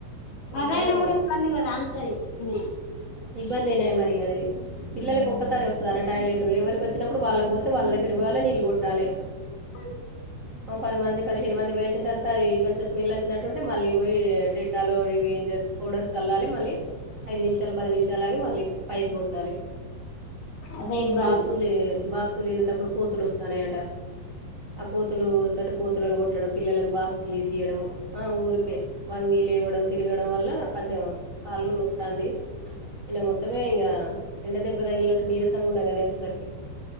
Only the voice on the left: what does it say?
అదయ్నా కూడా ఇబ్బంది కదా అంటది మీ
అ
అదే ఇబ్బంది